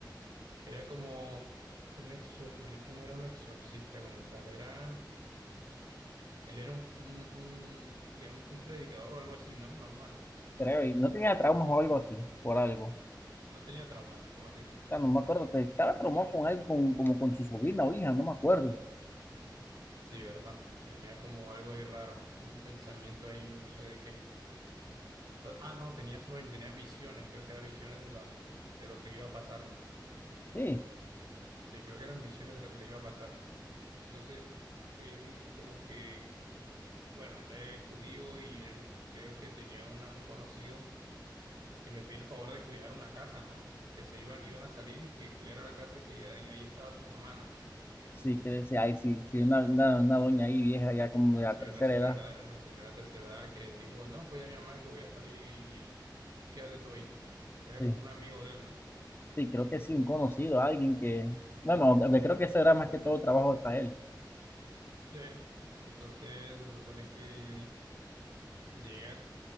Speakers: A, on the right; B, on the left.
A: Era como un exor, bueno, es que no era un exorcista como tal, era, él era un, un, un, digamos que un predicador o algo así, ¿no? Normal,
B: creo, y no tenía traumas o algo así, por algo. O
A: no tenía traumas, como así.
B: sea, no me acuerdo, te- estaba traumado con algo, con, como con su sobrina o hija, no me acuerdo.
A: Sí, ¿verdad? Tenía como algo ahí raro, un pensamiento ahí, no sé de qué. To- ah, no, tenía sueños, tenía visiones, creo que eran visiones de la, de lo que iba a pasarle.
B: Sí,
A: Sí, creo que eran visiones de lo que le iba a pasar. Entonces, él como que, bueno, él es judío y él creo que tenía una, un conocido que le pide el favor de cuidar una casa, ¿no? Que se iban, iban a salir y que cuidara la casa que ahí, ahí estaba su mamá, ¿no? Su,
B: sí, que decía, ay, sí, sí, una, una, una doña ahí vieja, ya como de
A: sí,
B: la tercera
A: una señora,
B: edad.
A: una señora de tercera edad que dijo, no, cuida a mi mamá que voy a salir y, y quédate tú ahí. Era
B: sí
A: como un amigo de él, ¿no?
B: Sí, creo que sí, un conocido, alguien que, bueno, de- creo que eso era más que todo trabajo para él.
A: Sí. Y entonces se supone que llega, o